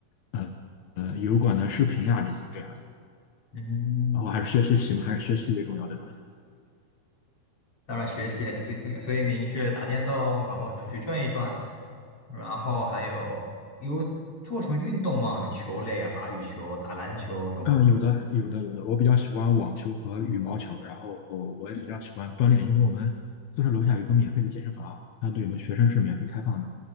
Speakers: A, on the left; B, on the left.
A: 呃呃油管的视频呀这些这样的。
B: 嗯，
A: 然后还是学学习嘛，还是学习最重要对吧？
B: 当然学习还是最重要。所以您是打电动，然后出去转一转，然后还有有做什么运动吗？像球类啊，打羽球、打篮球有吗？
A: 嗯，有的，有的，有的。我比较喜欢网球和羽毛球，然后我也比较喜欢锻炼，因为我们宿舍楼下有一个免费的健身房，它对我们学生是免费开放的，